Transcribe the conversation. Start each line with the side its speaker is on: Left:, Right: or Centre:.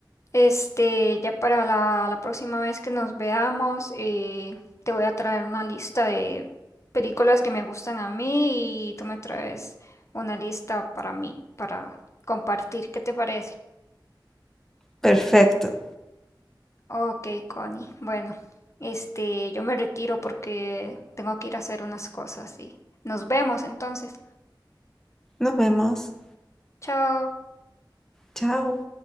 Left: este, ya para la, la próxima vez que nos veamos, eh, te voy a traer una lista de películas que me gustan a mí y tú me traes una lista para mí, para compartir. ¿Qué te parece?
Centre: Perfecto.
Left: Ok, Connie. Bueno, este, yo me retiro porque tengo que ir a hacer unas cosas y nos vemos entonces.
Centre: Nos vemos.
Left: Chao.
Centre: Chao.